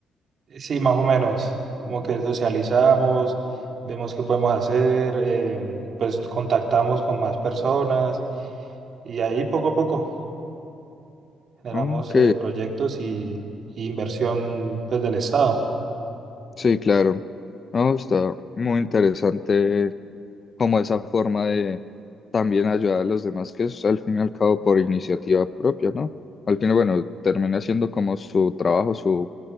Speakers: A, on the right; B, on the left.
A: Eh, Sí, más o menos, como que socializamos, vemos qué podemos hacer, eh, pues contactamos con más personas y ahí poco a poco generamos
B: Ok,
A: eh, proyectos y, y inversión pues del Estado.
B: sí, claro. No, está muy interesante como esa forma de también ayudar a los demás, que es al fin y al cabo por iniciativa propia, ¿no? Al final, bueno, termina siendo como su trabajo, su